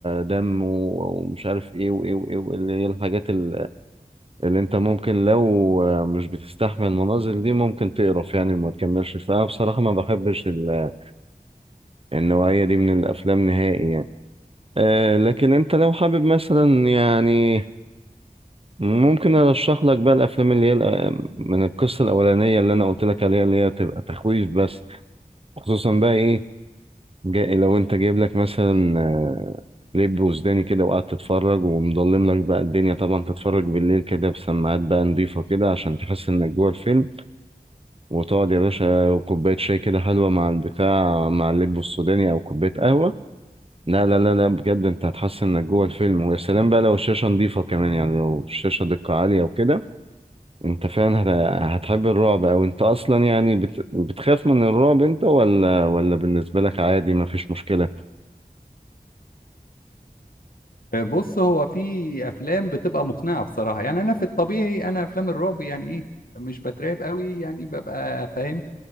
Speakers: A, on the right; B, on the left.
A: دم و- ومش عارف ايه وايه وايه واللي هي الحاجات ال- اللي انت ممكن لو مش بتستحمل المناظر دي ممكن تقرف يعني وما تكملش فأنا بصراحة ما بحبش ال- النوعية دي من الأفلام نهائي يعني آه لكن انت لو حابب مثلا يعني ممكن ارشح لك بقى الافلام اللي هي الأ- من القصه الاولانيه اللي انا قلت لك عليها اللي هي بتبقى تخويف بس خصوصا بقى ايه جاي لو انت جايب لك مثلا آه، لب وسوداني كده وقاعد تتفرج ومضلم لك بقى الدنيا طبعا تتفرج بالليل كده بسماعات بقى نضيفه كده عشان تحس انك جوه الفيلم وتقعد يا باشا وكوبايه شاي كده حلوه مع البتاع مع اللب السوداني او كوبايه قهوه لا لا لا لا بجد انت هتحس انك جوه الفيلم ويا سلام بقى لو الشاشه نظيفه كمان يعني لو الشاشه دقه عاليه وكده انت فعلا هت- هتحب الرعب او انت اصلا يعني بت... بتخاف من الرعب انت ولا ولا بالنسبه لك عادي ما فيش مشكله
B: آه، بص هو في افلام بتبقى مقنعه بصراحه يعني انا في الطبيعي انا افلام الرعب يعني ايه مش بترعب قوي يعني ببقى فاهم